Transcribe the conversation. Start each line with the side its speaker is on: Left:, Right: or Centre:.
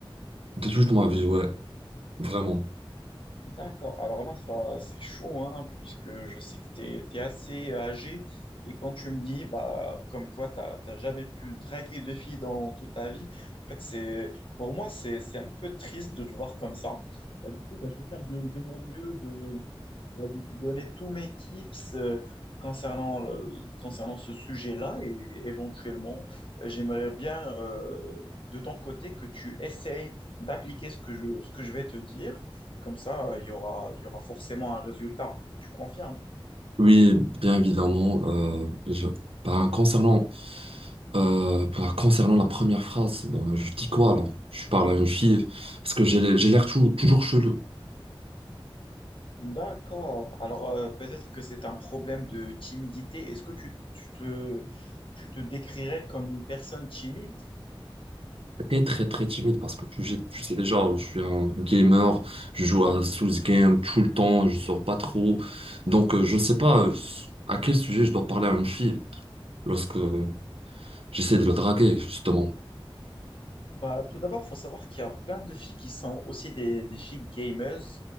Right: De toute ma vie, ouais. Vraiment.
Left: D'accord. Alors là, ça, c'est chaud, hein, puisque je sais que tu es, assez âgé. Et quand tu me dis, bah, comme quoi, tu n'as jamais pu draguer de filles dans toute ta vie, en fait, c'est, pour moi, c'est, c'est un peu triste de te voir comme ça. Bah, du coup, bah, je vais faire de, de mon mieux de, bah, de te donner tous mes tips euh, concernant, le- concernant ce sujet-là. Et éventuellement, euh, j'aimerais bien, euh, de ton côté, que tu essayes d'appliquer ce que je, ce que je vais te dire. Comme ça, euh, il y aura, il y aura forcément un résultat. Tu confirmes?
Right: Oui, bien évidemment. euh, je- ben, concernant, euh, ben, concernant la première phrase, ben, je dis quoi alors? Je parle à une fille parce que j'ai l'air j'ai l'air tou- toujours chelou,
Left: D'accord. Alors, euh, peut-être que c'est un problème de timidité. Est-ce que tu, tu te, tu te décrirais comme une personne timide?
Right: très très très timide parce que tu, sais tu sais déjà, je suis un gamer, je joue à Souls Game tout le temps, je sors pas trop. Donc euh, je sais pas euh, à quel sujet je dois parler à une fille lorsque euh, j'essaie de la draguer justement.
Left: Bah, tout d'abord, il faut savoir qu'il y a plein de filles qui sont aussi des, des filles gamers.